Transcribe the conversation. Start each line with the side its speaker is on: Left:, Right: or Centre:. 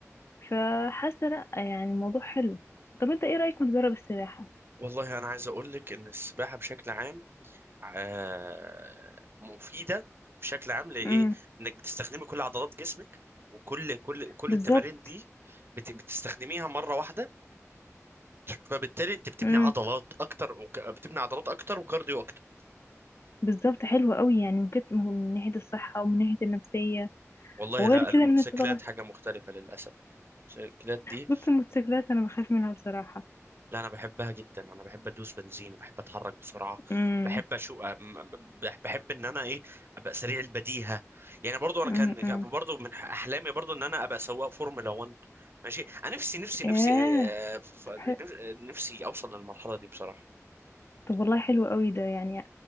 Left: فحاسه لا يعني الموضوع حلو طب انت ايه رايك نجرب السباحه
Right: والله انا عايز اقول لك ان السباحه بشكل عام آه مفيده بشكل عام لايه
Left: امم
Right: انك بتستخدمي كل عضلات جسمك وكل كل كل
Left: بالظبط
Right: التمارين دي بت- بتستخدميها مره واحده فبالتالي انت بتبني
Left: امم
Right: عضلات اكتر وك... بتبني عضلات اكتر وكارديو اكتر
Left: بالظبط حلو قوي يعني من كت- من ناحيه الصحه ومن ناحيه النفسيه
Right: والله
Left: وغير
Right: لا
Left: كده
Right: الموتوسيكلات
Left: ان انت طبعا
Right: حاجة مختلفة للأسف يعني الموتوسيكلات دي
Left: بص الموتوسيكلات انا بخاف منها بصراحه
Right: لا أنا بحبها جدا أنا بحب أدوس بنزين وبحب أتحرك بسرعة
Left: امم
Right: بحب أشو أم- بح- بحب إن أنا إيه أبقى سريع البديهة يعني برضو أنا
Left: امم
Right: كان كان
Left: امم
Right: برضو من أحلامي برضو إن أنا أبقى سواق فورمولا 1 ماشي أنا نفسي نفسي نفسي
Left: ياه
Right: آه، ف-
Left: طب,
Right: ف-
Left: حلو.
Right: نف- نفسي أوصل للمرحلة دي بصراحة
Left: طب والله حلو قوي ده يعني